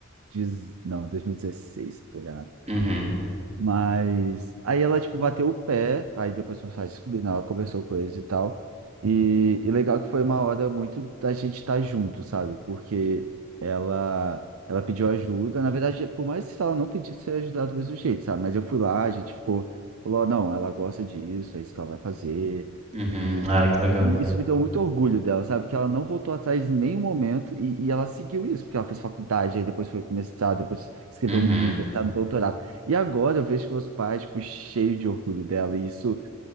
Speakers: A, on the right; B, on the right.
A: dez- Não, 2016, se eu tô enganado.
B: Uhum,
A: Mas aí ela, tipo, bateu o pé, aí depois meus pais descobriram, ela conversou com eles e tal. E, e legal que foi uma hora muito da gente estar junto, sabe? Porque ela ela pediu ajuda. Na verdade, por mais que ela não pedisse eu ia ajudar do mesmo jeito, sabe? Mas eu fui lá, a gente ficou, falou, não, ela gosta disso, é isso que ela vai fazer.
B: uhum.
A: E
B: Ai, que legal.
A: e isso me deu muito orgulho dela, sabe? Porque ela não voltou atrás em nenhum momento e, e ela seguiu isso, porque ela fez faculdade, aí depois foi pro mestrado, depois escreveu
B: Uhum.
A: um livro, tá no doutorado. E agora eu vejo meus pais, tipo, cheios de orgulho dela. E isso